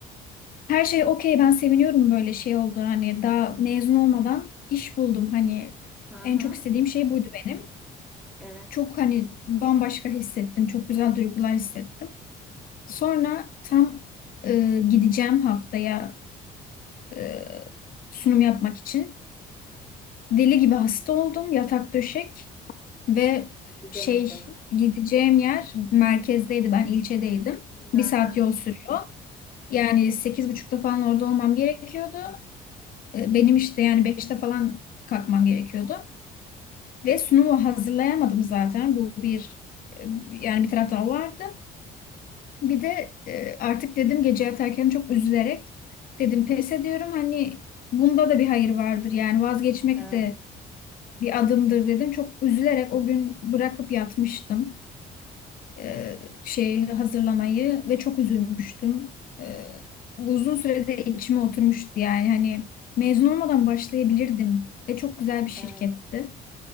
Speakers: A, on the left; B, in the centre.
A: Her şey okey ben seviniyorum böyle şey olduğunu hani daha mezun olmadan iş buldum hani
B: hı hı.
A: en çok istediğim şey buydu benim.
B: Evet.
A: Çok hani bambaşka hissettim. Çok güzel duygular hissettim. Sonra tam e, gideceğim haftaya e, sunum yapmak için. Deli gibi hasta oldum. Yatak döşek ve
B: Bilemedin.
A: şey gideceğim yer merkezdeydi. Ben ilçedeydim.
B: Hı hı. Hmm.
A: Bir saat yol sürüyor. Yani sekiz buçukta falan orada olmam gerekiyordu. E, Benim işte yani beşte falan kalkmam gerekiyordu. Ve sunumu hazırlayamadım zaten. Bu bir e, yani bir taraftan o vardı. Bir de e, artık dedim gece yatarken çok üzülerek dedim pes ediyorum. Hani bunda da bir hayır vardır. Yani vazgeçmek
B: Evet.
A: de bir adımdır dedim. Çok üzülerek o gün bırakıp yatmıştım e, şey hazırlamayı ve çok üzülmüştüm. E, uzun sürede içime oturmuştu yani hani mezun olmadan başlayabilirdim ve çok güzel bir şirketti.
B: Evet.